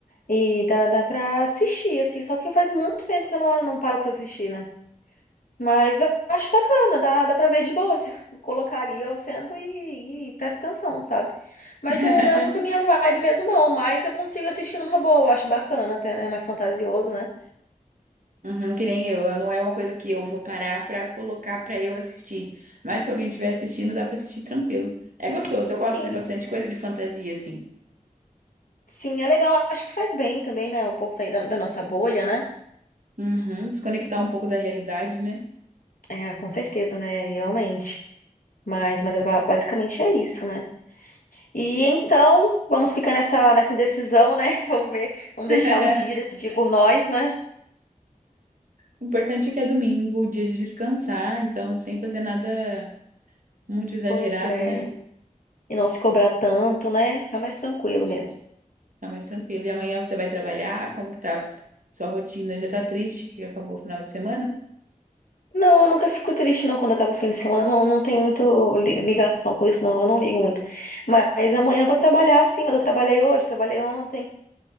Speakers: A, on the left (about 75°); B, on the right (about 70°).
A: E dá, dá pra assistir, assim. Só que faz muito tempo que eu não, não paro pra assistir, né? Mas eu acho bacana, dá, dá pra ver de boa se <laughs> colocar ali eu sendo e, e presta atenção, sabe? Mas
B: <laughs>
A: não, não é muito a minha vibe mesmo, não. Mas eu consigo assistir numa boa, eu acho bacana, até, né? É mais fantasioso, né?
B: Uhum, que nem eu, não é uma coisa que eu vou parar pra colocar pra eu assistir. Mas se alguém estiver assistindo, dá pra assistir tranquilo. É gostoso, eu
A: Sim,
B: gosto de bastante coisa de fantasia, assim.
A: sim, é legal. Acho que faz bem também, né? Um pouco sair da, da nossa bolha, né?
B: Uhum, Desconectar um pouco da realidade, né?
A: É, com certeza, né? Realmente. Mas, mas é ba- basicamente é isso, né? E então, vamos ficar nessa, nessa indecisão, né? <laughs> Vamos ver, vamos deixar
B: <laughs>
A: o dia decidir por nós, né?
B: O importante é que é domingo, o dia de descansar, então sem fazer nada muito exagerado,
A: Pois é.
B: né?
A: E não se cobrar tanto, né? Ficar mais tranquilo mesmo.
B: Tá mais tranquilo. E amanhã você vai trabalhar? Como que tá? Sua rotina já tá triste que acabou o final de semana?
A: Não, eu nunca fico triste não quando acaba o fim de semana. Não, não tem muita li- ligação com isso, não. Eu não ligo muito. Mas amanhã eu vou trabalhar sim, mas eu trabalhei hoje, trabalhei ontem,